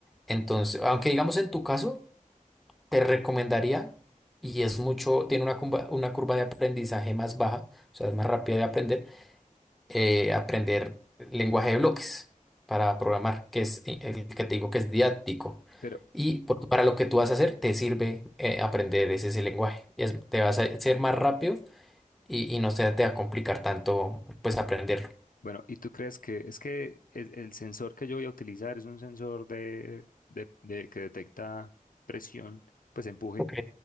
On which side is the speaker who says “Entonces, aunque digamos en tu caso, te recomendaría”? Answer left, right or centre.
Centre